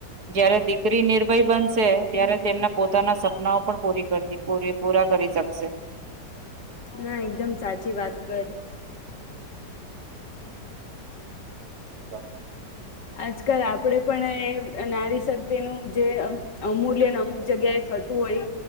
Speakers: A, on the right (about 60°); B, on the left (about 75°).
A: જયારે દીકરી નિર્ભય બનશે ત્યારે તેમના પોતાના સપનાઓ પણ પૂરી કરતી પુરી પૂરા કરી શકશે.
B: ના એકદમ સાચી વાત કરી.
A: તો.
B: આજકાલ આપડે પણ એ નારી શક્તિનું જે અ અમૂલ્ય ને અમુક જગ્યા એ થતું હોય